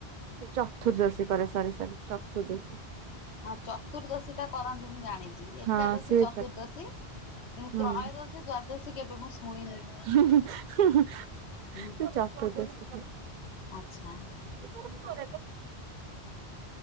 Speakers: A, on the right; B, on the left.
A: ଚତୁର୍ଦଶୀ କରେ ସରି ସରି ଚତୁର୍ଦଶୀ।
B: ହଁ ଚତୁର୍ଦ୍ଦଶୀ ଟା କରନ୍ତି ମୁଁ ଜାଣିଚି ଏକାଦଶୀ
A: ହଁ ସିଏ
B: ଚତୁର୍ଦ୍ଦଶୀ କିନ୍ତୁ
A: ହୁଁ
B: ତ୍ରୟୋଦଶୀ ଦ୍ଵାଦଶୀ କେବେ ମୁଁ ଶୁଣିନି।
A: <unintelligible>
B: ହୁଁ
A: ଚତୁଦ୍ଧଶି
B: ଆଚ୍ଛା।
A: <inaudible>